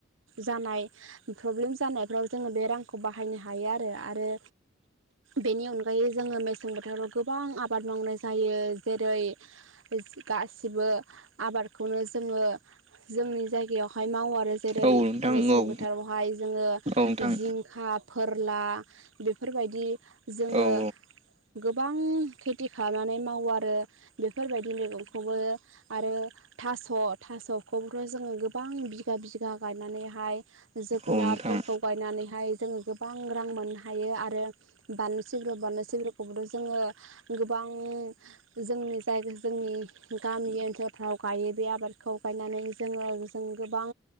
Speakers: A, on the right; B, on the right.
A: जानाय प्रब्लेम जानायफ्राव जोंङो बे रांखौ बाहायनो हायो आरो आरो बेनि अनगायै जोंङो मेसें बोथोराव गोबां आबाद मावनाय जायो जेरै गासिबो आबादखौनो जोंङो जोंनि जायगायावहाय मावो आरो जेरै
B: नोंथां औ औ नोंथां
A: मेसें
B: औ औ
A: बोथोरावहाय जोंङो
B: नोंथां
A: जिंखा, फोरला बेफोरबायदि जोंङो
B: उम
A: गोबां खेथि खालामनानै मावो आरो बेफोरबायदि मैगंखौबो आरो थास' थास'खौथ' जोंङो गोबां बिगा बिगा गायनानैहाय जोगोनारफोरखौ
B: औ नोंथां
A: गायनानैहाय जोंङो गोबां रां मोननो हायो आरो बानलु सग्र बानलु सग्रराखौबोथ' जोंङो गोबां जोंनि जायगा जोंनि गामि ओनसोल गायो बे आबादखौ गायनानै जोंङो जों गोबां